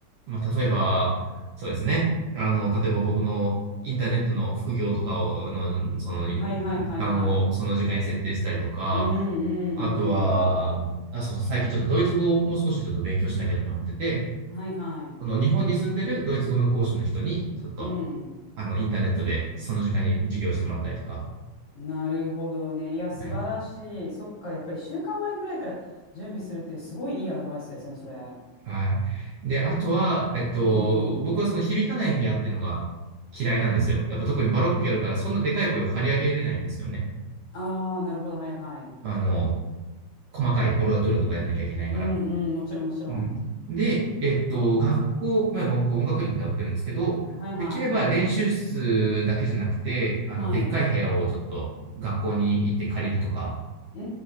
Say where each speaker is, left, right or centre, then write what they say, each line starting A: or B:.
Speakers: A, on the right; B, on the left.
A: まあ、例えば、そうですね。あの、例えば僕のインターネットの副業とかを、あの、その、時間をその時間に設定したりとか、
B: はいはいはいはい。うんう
A: あとは、
B: んうん。
A: あ、そう、最近ちょっとドイツ語をもう少しちょっと勉強しなきゃって思ってて、
B: はいはい。
A: その日本に住んでるドイツ語の講師の人に、ちょっと、
B: うん。
A: あの、インターネットでその時間に授業してもらったりとか、
B: なるほどね。いや、素晴らしい。
A: はい。
B: そっか、やっぱり週間前くらいから準備するってすごいいいアドバイスですね、それ。
A: はい。で、あとは、えっと、
B: うんうん。
A: 僕はその響かない部屋っていうのが嫌いなんですよ。やっぱ特にバロックやるから、そんなでかい声を張り上げれないんですよね。
B: ああ、なるほど、はいはい。
A: あの、細かいコロラトゥーラとかやんなきゃいけないから。
B: うんうん、もちろんもちろん。
A: うん。で、えっと、学校、まあまあ僕音楽院に通ってるんですけど、
B: はいはい。
A: できれば練習室だけじゃなくて、あの、
B: はい。
A: でっかい部屋をちょっと学校に行って借りるとか、
B: うー